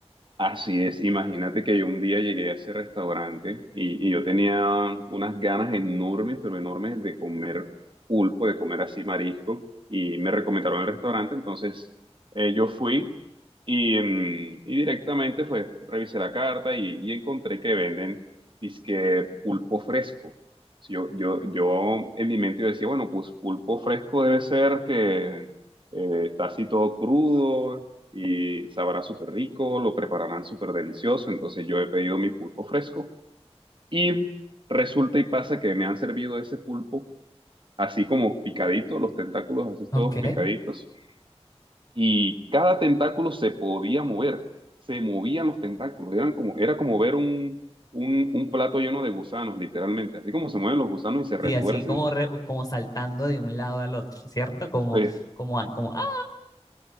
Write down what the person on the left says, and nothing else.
Ok.
Sí,
así como, re- como saltando de un lado al otro, ¿cierto? Como,
como, a- como, ¡ah!